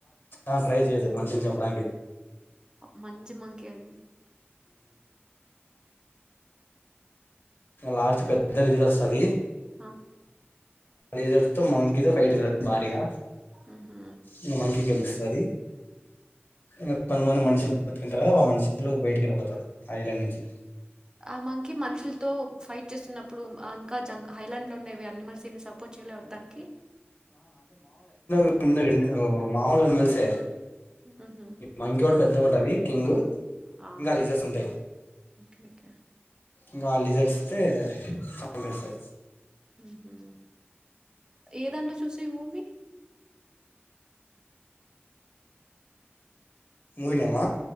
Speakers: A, on the left (about 55°); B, on the right (about 20°).
A: ఆ ట్రై చేయదు మనుషిలు చెంపడానికి
B: మంజ మాకే ద్
A: లాస్ట్ పెద్ద రిజర్ వస్తది
B: ఆ
A: రిజల్స్ తో మంకిీతో ఫైట్ కదు భారీగా
B: ఉహు
A: ఇకా మనకికిెలుస్తది ఇకా కొంతమంది మనుషులు బతికిన తరువాత ఆ మనుషులు బయట్ కి వెళ్ళిపోతారు ఆ ఐలాండ్ నుంచి
B: ఆ మకి మనుషులతో ఫైట్ చేస్తున్నప్పుడు ఇంకా జంగ్ హైలాండ్ లో ఉండేవి అయానిమల్స్ దీన్ని సపోర్ట్ చేయలే వత్తానికి
A: ఉండ రండి మాముూళని యనిమల్ సే
B: ఉహు
A: మంకి కూడా పెద్దగా ఉంటది కింగ్ు
B: ఆ ఆ.
A: ఇంకా లిజర్స్ ఉంటాయి
B: ఓకే ఓకే
A: ఇంకా లిజర్స్ే వస్తె చంపేస్తాయి
B: ఉహు ఏ దాంట్లో చూసేవి మూవీ
A: మూవీ నేమ్ అ